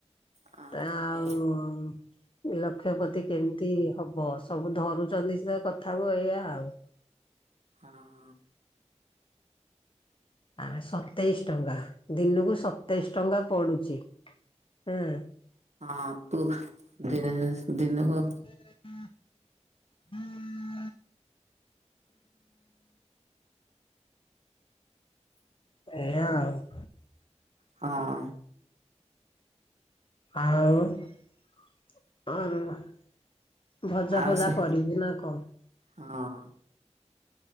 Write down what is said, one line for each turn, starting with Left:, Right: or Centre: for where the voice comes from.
Right: ହଁ
Left: ତ ଆଉ ଲକ୍ଷପତି କେମିତି ହ ବ ସବୁ ଧରୁଚନ୍ତି ସିଧା କଥାକୁୁ ଏଇଆ ଆଉ
Right: ହଁ
Left: ଆମେ ସତେଇଶ ଟଙ୍କା ଦିନୁକୁ ସତେଇଶ ଟଙ୍କା ପଡୁଚି ହୁଁ।
Right: ଅପୁ ଦିସ୍ ଦିନୁକୁ
Left: <inaudible> ଏୟା ଆଉ।
Right: ହଁ।
Left: ଆଉ। <unintelligible> ଭଜା
Right: ଆଉ
Left: ଫଜା
Right: ସେ
Left: କରିବୁ ନା କଣ।
Right: ହଁ।